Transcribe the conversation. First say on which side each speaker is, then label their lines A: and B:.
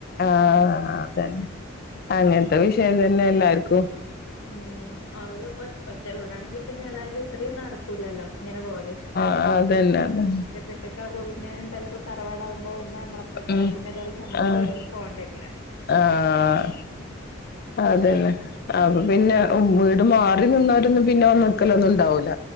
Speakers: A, on the left; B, on the left.
A: ആഹ് അതന്നെ അങ്ങനത്തെ വിഷയം തന്നെ എല്ലാർക്കും
B: ഉം അത് ഒ ഒറ്റ വീടാണെങ്കി പിന്നെ ഏതായാലും ഇത്രേം നടക്കൂല്ലല്ലോ ഇങ്ങനെ പോവല്
A: ആഹ് അതന്നെ അതെ
B: ഒറ്റക്കൊറ്റക്കാവുമ്പ പിന്നെ എന്തായാലു തറവാടാകുമ്പൊ ഇമ്മ നമ്മളെ പ്പേക്കാരം
A: ഉം
B: പിന്നെ ഏതായാലും നമുക്ക്
A: ആഹ്
B: പോണ്ടവരില്ല
A: ആഹ് അതന്നെ അപ്പൊ പിന്നെ വീട് മാറി നിന്നോരൊന്നും പിന്നെ വന്ന് നിക്കലൊന്നും ഒണ്ടാവൂല്ല